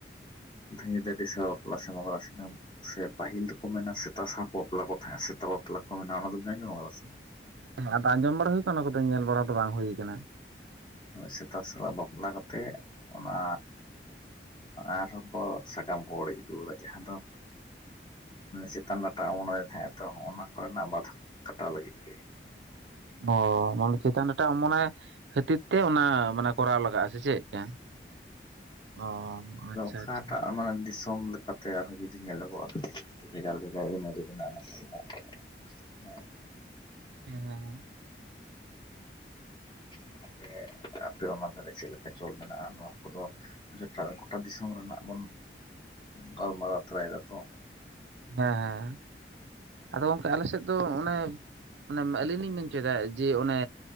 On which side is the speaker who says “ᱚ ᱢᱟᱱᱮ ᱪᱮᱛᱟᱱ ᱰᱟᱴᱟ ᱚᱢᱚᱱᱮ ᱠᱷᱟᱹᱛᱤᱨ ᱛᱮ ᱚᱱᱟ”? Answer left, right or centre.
Right